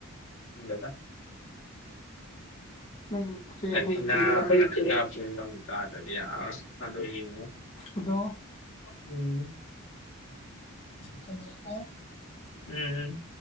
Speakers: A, on the left (about 65°); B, on the left (about 30°).
A: ꯏꯗ
B: ꯅꯪ ꯁꯦ
A: ꯍꯒꯦ
B: ꯍꯩꯇꯦꯗꯣ ꯈꯪꯉꯦ
A: <unintelligible> ꯇꯥꯗꯗꯤꯗ
B: ꯑꯗꯣ
A: ꯎꯝ
B: ꯊꯝꯃꯒꯦꯀꯣ
A: ꯎꯝ